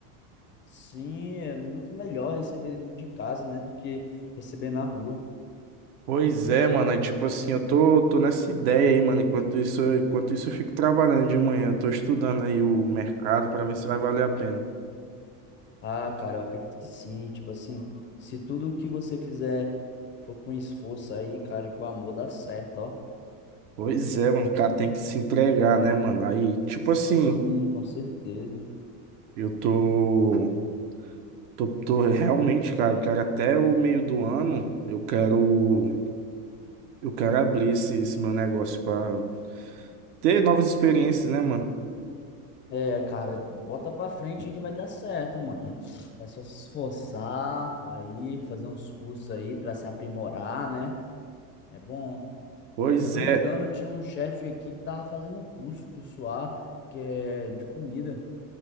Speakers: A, on the left; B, on the right.
A: Sim, é muito melhor receber dentro de casa, né, do que receber na rua.
B: Pois é, mano. Aí, tipo assim, eu tô, tô nessa ideia aí, mano. Enquanto isso, eu- enquanto isso, eu fico trabalhando de manhã. Eu tô estudando aí o mercado pra ver se vai valer a pena.
A: Ah, cara, eu acredito que sim. Tipo assim, se tudo que você fizer for com esforço aí, cara, e com amor, dá certo, ó.
B: Pois é, mano. O cara tem que se entregar, né, mano? Aí, tipo
A: Sim,
B: assim,
A: com certeza.
B: eu tô, tô, tô realmente, cara, eu quero até o meio do ano, eu quero, eu quero abrir esse, esse meu negócio pra ter novas experiências, né, mano?
A: É, cara, bota pra frente que vai dar certo, mano. É só se esforçar aí, fazer uns cursos aí pra se aprimorar, né? É bom.
B: Pois
A: Se eu não
B: é.
A: me engano, tinha um chefe aqui que tava fazendo um curso, cursoar, que é de comida.